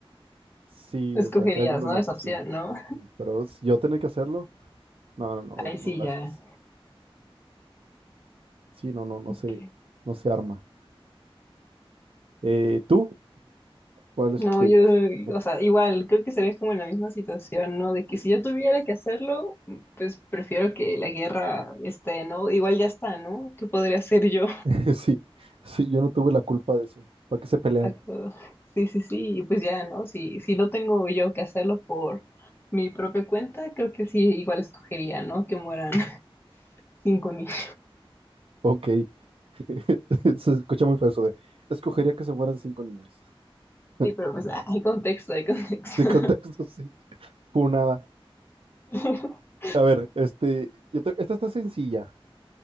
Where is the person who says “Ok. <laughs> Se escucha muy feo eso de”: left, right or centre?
Right